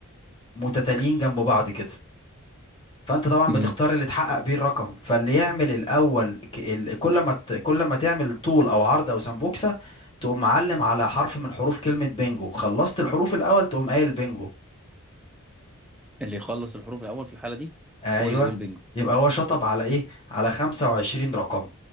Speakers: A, on the left; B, in the centre.
A: متتاليين جنب بعض كده فانت طبعا
B: مم.
A: بتختار اللي تحقق بيه الرقم فاللي يعمل الاول ك- ال- كل ما ت- كل ما تعمل طول او عرض او سمبوكسة تقوم معلم على حرف من حروف كلمة بينجو خلصت الحروف الاول تقوم قايل بينجو
B: اللي يخلص الحروف الأول في الحالة دي
A: ايوه
B: هو اللي يقول بينجو
A: يبقى هو شطب على ايه على 25 رقم